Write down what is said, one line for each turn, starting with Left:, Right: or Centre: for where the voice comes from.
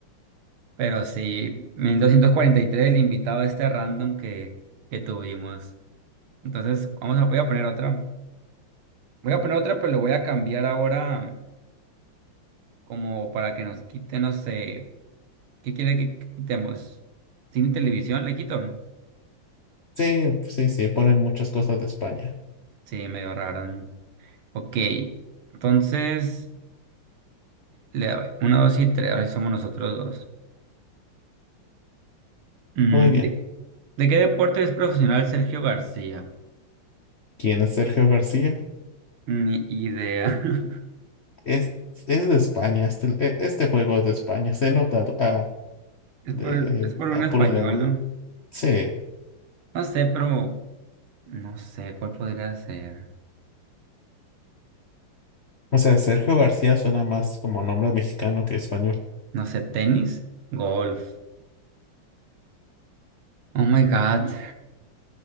Right: Pero sí, 1243 el invitado este random que, que tuvimos. Entonces, vamos a, voy a poner otra. Voy a poner otra, pero le voy a cambiar ahora como para que nos quite, no sé, ¿qué quiere que quitemos? ¿Cine y televisión le quito?
Left: Sí, sí, sí. Ponen muchas cosas de España.
Right: Sí, medio raro, ¿no? Ok, entonces, le doy. Uno, dos y tres, ahora sí somos nosotros dos. Mm,
Left: Muy bien.
Right: ¿de, de qué deporte es profesional Sergio García?
Left: ¿Quién es Sergio García?
Right: Ni idea. <laughs>
Left: Es, es de España. Este, e- este juego es de España. Se nota a, a-
Right: Es
Left: de,
Right: por, es por un
Left: a
Right: español,
Left: pura lengua.
Right: ¿no?
Left: Sí.
Right: No sé, pero no sé cuál podría ser.
Left: O sea, Sergio García suena más como nombre mexicano que español.
Right: No sé, tenis, golf. Oh my God.